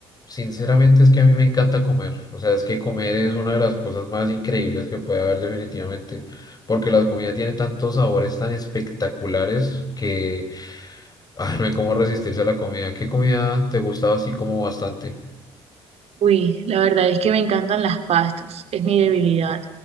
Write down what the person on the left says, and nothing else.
Sinceramente es que a mí me encanta comer, o sea, es que comer es una de las cosas más increíbles que puede haber definitivamente, porque la comida tiene tantos sabores tan espectaculares que ay, no hay cómo resistirse a la comida. ¿Qué comida te gustaba así como bastante?